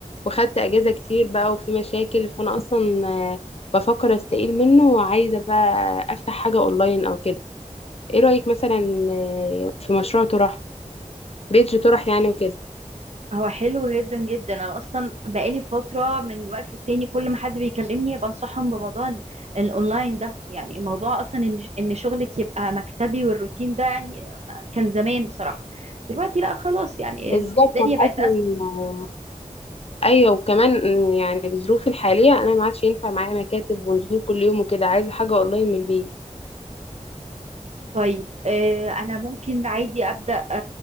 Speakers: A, on the left; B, on the right.
A: وخدت اجازه كتير بقى وفي مشاكل فانا اصلا آه، بفكر استقيل منه وعايزه بقى افتح حاجه اونلاين او كده ايه رايك مثلا آه، في مشروع طرح بيج طرح يعني وكده
B: هو حلو جدا جدا انا اصلا بقالي فتره من وقت للتاني كل ما حد بيكلمني بنصحهم بموضوع ال- الاونلاين ده يعني موضوع اصلا ان ان شغلك يبقى مكتبي والروتين ده يعني كان زمان بصراحه دلوقتي لا خلاص يعني
A: بالظبط
B: ال- الدنيا
A: انا
B: بقت
A: اصلا
B: اسهل
A: ايوه وكمان إن يعني بظروفي الحاليه انا ما عادش ينفع معايا مكاتب ونزول كل يوم وكده عايزه حاجه والله من البيت
B: طيب آه، انا ممكن عادي ابدا آه،